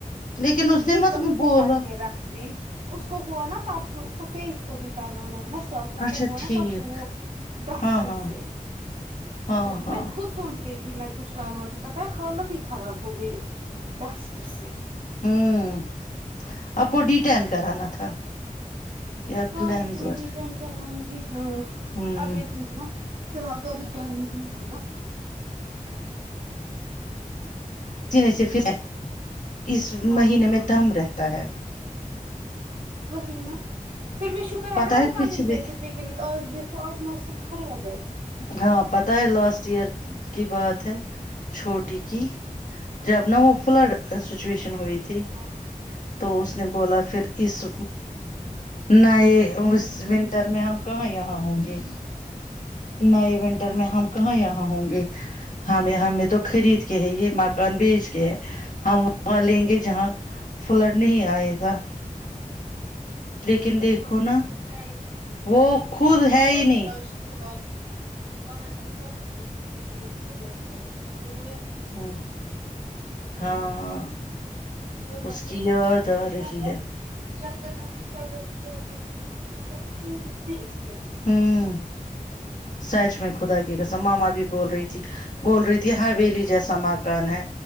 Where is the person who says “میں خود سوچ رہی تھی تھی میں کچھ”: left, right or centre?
Right